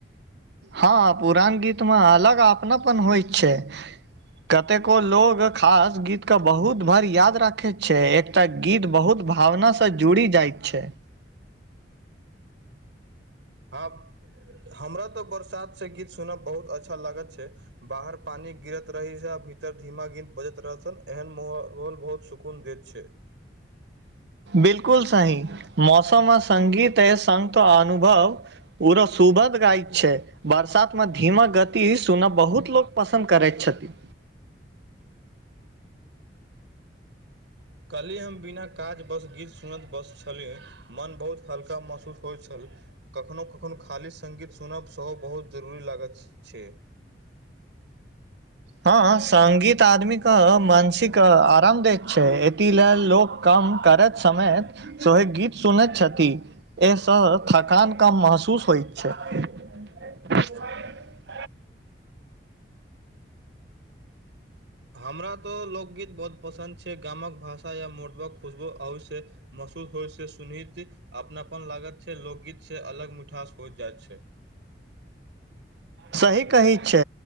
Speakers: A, on the right; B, on the right.
A: हँ पुरान गीतमे अलग अपना पन होइत छै कतेको लोग खास गीतके बहुत भरि याद राखैत छै एकटा गीत बहुत भावना से जुड़ी जाय छै
B: हँ हमरा तऽ बरसातसँ गीत सुनऽ बहुत अच्छा लागत छै बाहर पानि गिरत रही छै आ भीतर धीमा गिनत बजत रहतन एहन महोल बहुत सुख सुकुन देत छै
A: बिल्कुल सही मौसममे सगीत ए संगत अनुभव पूरा सुभध गायक छै बरसातमे धीमाक गति सुनब बहुत लोक पसन्द करैत छथि
B: कल्हिी हम बिना काजवश गीत सुनैत बसै छलिय मोन बहुत हल्का महसूस होइ छल कखनो कखनो खाली सङ्गीत सुनब सेहो बहुत जरूरी लागैत छै
A: हँ सगीत आदमी कऽ मानसिक आराम दैत छै एती ल लोक काम करैत समयत सहे गीत सुनैत छथि एहिसँ थकान कम महसूस होइत छै <unintelligible>
B: हमरा तऽ लोकगीत बहुत पसन्द छै गामक भाषा या मोटबा खुशबो अवश्य महसूस होइ से सुनहित अपनापन लागत छै लोकगीतसँ अलग मिठास हो जाइत छै
A: सही कहै छै